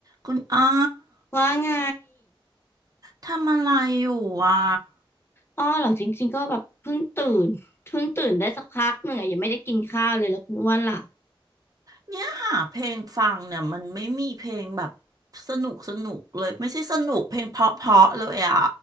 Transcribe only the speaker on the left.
ว่าไง
อ้อเหรอจริงๆ ก็แบบเพิ่งตื่นเพิ่งตื่นได้สักพักหนึ่งอะยังไม่ได้กินข้าวเลยแล้วคุณอ้วนล่ะ